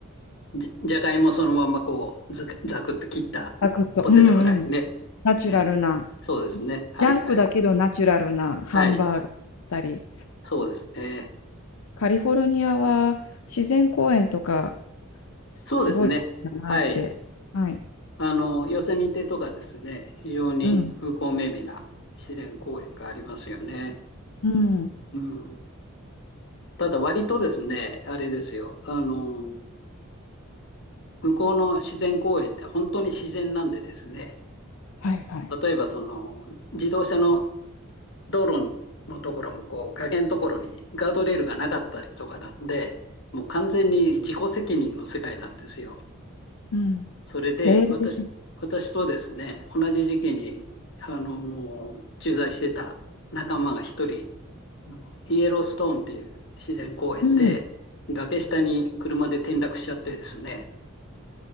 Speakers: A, on the left; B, on the left.
A: じ、じゃがいもそのままこう、ず、ざくって切ったポテトフライね。
B: サクッと、うんうん。ナチュラルな、
A: ええ。そうですね。
B: ジャンクだけどナチュラルなハンバーガーだったり、
A: はいはい。はい。そうですね。
B: カリフォルニアは自然公園とか、すすごい綺麗だなって。
A: そうですね。はい。
B: はい。
A: あの、ヨセミテとかですね、非常に風光明媚な自然公園がありますよね。
B: うん。うん。
A: うん。ただ割とですね、あれですよ。あの、向こうの自然公園って本当に自然なんでですね、
B: はいはい。
A: 例えばその自動車の道路のところもこう崖のところにガードレールがなかったりとかなんで、もう完全に自己責任の世界なんですよ。
B: うん。
A: それで私、
B: えー、
A: 私とですね、同じ時期にあの駐在してた仲間が一人、あのイエローストーンっていう自然公園で崖下に車で転落しちゃってですね、
B: うん。